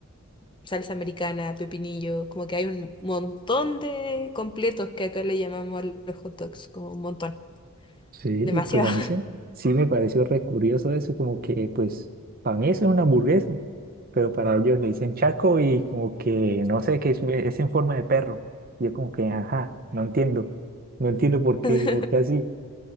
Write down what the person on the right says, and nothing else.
Sí,
pues a mí sí, sí me pareció re curioso eso, como que pues para mí eso es una hamburguesa, pero para ellos le dicen chaco y como que no sé, que es, es en forma de perro. Y yo como que, ajá, no entiendo, no entiendo por qué,
por qué así.